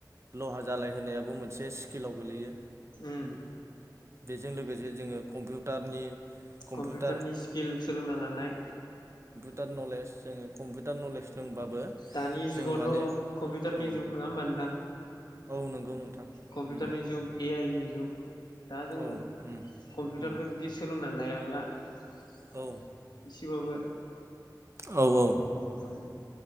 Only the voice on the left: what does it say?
उम
कम्पिउटारनि स्किल सोलोंना लानाय।
दानि जुगावथ'
कम्पिउटारनि
जुग नङा होमबा नोंथां
कम्पिउटारनि
जुग ए आइ नि जुग। दा जों
कम्पिउटारखौ
जुदि सोलोंना लाया ला। <unintelligible>
थिबाबो।
उम